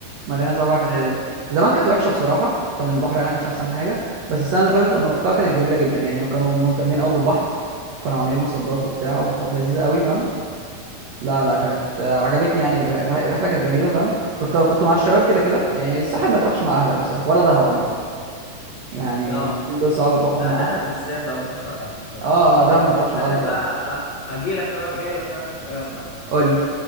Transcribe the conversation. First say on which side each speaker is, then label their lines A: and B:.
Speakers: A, on the right; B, on the left.
A: مارينا سبعة كانت
B: حلو
A: لذيذة زمان كانت وحشة بصراحة كان البحر هناك مش أحسن حاجة بس السنة اللي
B: اه
A: فاتت لما رحتها كانت جميلة جدا يعني وكانوا مهتمين قوي بالبحر كانوا عاملين مصدات وبتاع وكانت لذيذة قوي فاهم لا لا
B: اه
A: كانت آه، عجبتني يعني الر- الر- الرحلة كانت جميلة فاهم كنت كنت مع الشباب كده كده يعني الساحل ما تروحش مع أهلك بصراحة ولا دهب عامة يعني
B: اه
A: الاتنين دول صعب تروحهم
B: لا
A: مع
B: دهب
A: أهلك
B: بالذات اه متحش على الاهل خالص
A: اه آه، دهب ما
B: الساحل
A: تروحش مع أهلك
B: بقى
A: خالص
B: آه. هجي لك انا بقى جاي لك انا في الكلام بقى
A: قول لي